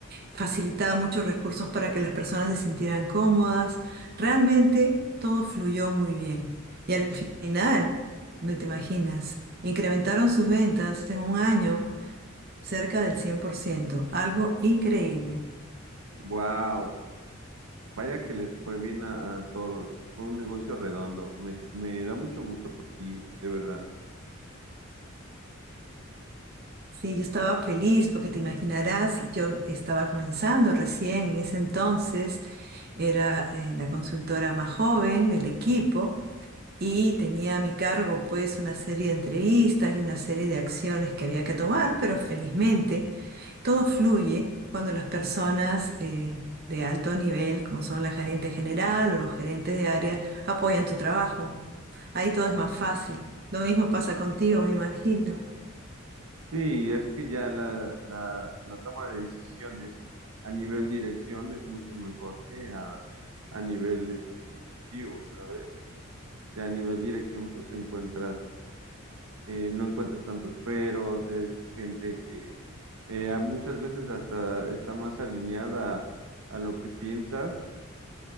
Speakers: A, on the right; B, on the right.
A: facilitaba muchos recursos para que las personas se sintieran cómodas. Realmente todo fluyó muy bien. Y al final, no te imaginas, incrementaron sus ventas en un año cerca del 100%, algo increíble.
B: Wow, Vaya que les fue bien a, a todos. Fue un negocio redondo. Me, me da mucho gusto por ti, de verdad.
A: Sí, yo estaba feliz porque te imaginarás, yo estaba comenzando recién en ese entonces, era eh, la consultora más joven del equipo y tenía a mi cargo pues una serie de entrevistas y una serie de acciones que había que tomar, pero felizmente todo fluye cuando las personas eh, de alto nivel, como son la gerente general o los gerentes de área, apoyan tu trabajo. Ahí todo es más fácil. Lo mismo pasa contigo, me imagino.
B: Sí, es que ya la, la, la toma de decisiones a nivel dirección es mucho mejor que a, a nivel este, ejecutivo, ¿sabes? Ya a nivel dirección, pues encuentras, eh, no encuentras tantos peros, es gente que eh, a- muchas veces hasta está más alineada a, lo que piensas